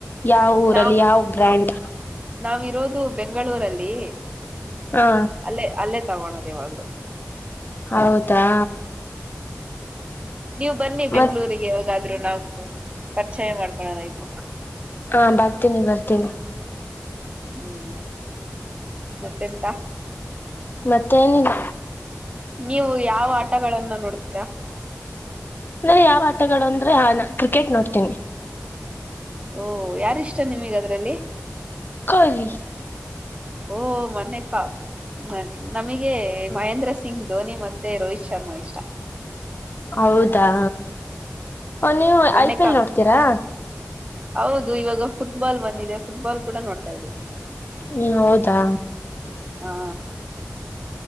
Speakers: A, on the left; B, on the right.
A: ಯಾವ ಊರಲ್ಲಿ
B: ನಾವು
A: ಯಾವ ಬ್ರ್ಯಾಂಡ್
B: ನಾವು ಇರುವುದು ಬೆಂಗಳೂರಿನಲ್ಲಿ
A: ಹಾ
B: ಅಲ್ಲೇ ಅಲ್ಲೇ ತಗೋಳೋದು ಇವಾಗ್ಲೂ
A: ಹೌದಾ
B: ನೀವು ಬನ್ನಿ ಬೆಂಗಳೂರಿಗೆ
A: ಮತ್
B: ಯಾವಾಗಾದ್ರೂ ಹಾಗಾದ್ರೂ ನಾವವು ಪರಿಚಯ ಮಾಡ್ಕೊಳದ ಇದು
A: ಹಾ ಬರ್ತೀನಿ ಬರ್ತೀನಿ
B: ಹ್ಮ್ ಮತ್ತೆ ಎಂತ
A: ಮತ್ತೆ ಏನಿಲ್ಲ
B: ನೀವು ಯಾವ ಆಟಗಳನ್ನ ನೋಡ್ತೀರಾ
A: ಅಂದ್ರೆ ಯಾವ ಆಟಗಳು ಅಂದ್ರೆ ಹಾ ಕ್ರಿಕೆಟ್ ನೋಡ್ತೀನಿ
B: ಓಹ ಯಾರ ಇಷ್ಟ ನಿಮಗ ಅದ್ರಲ್ಲಿ
A: ಕೊಹಿಲಿ
B: ಓ ಮನ್ಯ ಕಾಲ್ ನನ್ ನಮಗೆ ಮಹೇಂದ್ರ ಸಿಂಗ್ ಧೋನಿ ಮತ್ತೆ ರೋಹಿತ್ ಶರ್ಮಾ ಇಷ್ಟ.
A: ಹೌದಾ ನೀವು
B: ಮೊನ್ನೆ
A: ಐ ಪಿ
B: ಕಪ್
A: ಎಲ್ ನೋಡ್ತೀರಾ.
B: ಹೌದು ಇವಾಗ ಫುಟ್ಬಾಲ್ ಬಂದಿದೆ ಫುಟ್ಬಾಲ್ ಕೂಡ ನೋಡ್ತಾ ಇದೀವಿ.
A: ಹ್ಮ ಹೌದಾ.
B: ಹಾ